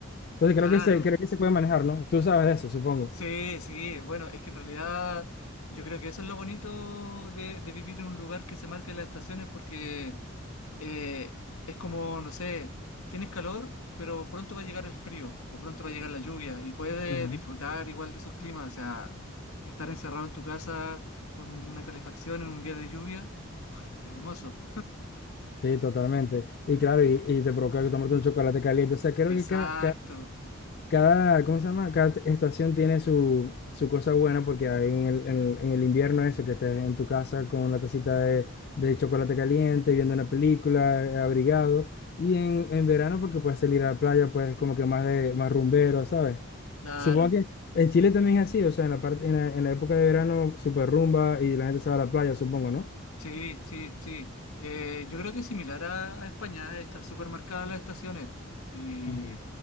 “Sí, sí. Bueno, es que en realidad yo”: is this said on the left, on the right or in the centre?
Left